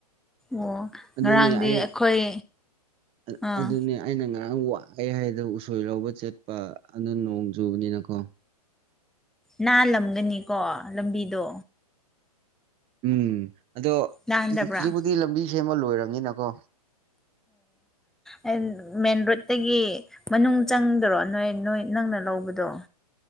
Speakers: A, in the centre; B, on the right (about 30°).
A: ꯑꯣ
B: ꯑꯗꯨꯅꯦ
A: ꯉꯔꯥꯡꯗꯤ
B: ꯑꯩꯅ
A: ꯑꯩꯈꯣꯏ
B: ꯑ-
A: ꯑꯥ
B: ꯑꯗꯨꯅꯦ ꯑꯩꯅ ꯉꯔꯥꯡ ꯋꯥꯑꯦ ꯍꯥꯏꯗꯣ ꯎꯁꯣꯏ ꯂꯧꯕ ꯆꯦꯠꯄ ꯑꯗꯨ ꯅꯣꯡ ꯆꯨꯕꯅꯤꯅꯀꯣ
A: ꯅꯥꯜꯂꯝꯒꯅꯤꯀꯣ ꯂꯝꯕꯤꯗꯣ
B: ꯎꯝ ꯑꯗꯣ
A: ꯅꯥꯟꯗꯕ꯭ꯔꯥ
B: ꯍꯧꯖꯤꯛꯕꯨꯨꯗꯤ ꯂꯝꯕꯤ ꯁꯦꯝꯕ ꯂꯣꯏꯔꯝꯅꯤꯅꯀꯣ
A: ꯑꯣ ꯃꯔꯣ ꯑꯒꯤ ꯃꯅꯨꯡ ꯆꯪꯗꯔꯣ ꯅꯣꯏ ꯅꯣꯏ ꯅꯪꯅ ꯂꯧꯕꯗꯣ